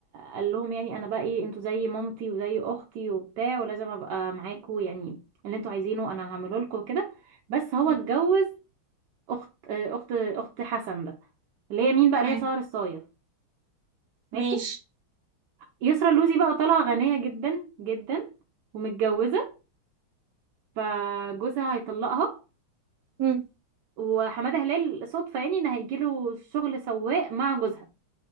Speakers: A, on the right; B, on the right.
A: قال لهم يعني انا بقى ايه انتوا زي مامتي وزي اختي وبتاع ولازم ابقى معاكوا يعني اللي انتوا عايزينه انا هعمله لكم وكده بس هو
B: مم.
A: اتجوز اخت اخت اخت حسن ده اللي هي مين بقى
B: تمام
A: اللي هي سهر الصايغ ماشي
B: ماشي
A: يسرا اللوزي بقى طالعة غنية جدا جدا ومتجوزة فجوزها هيطلقها
B: مم.
A: وحمادة هلال صدفة يعني ان هيجيله شغل سواق مع جوزها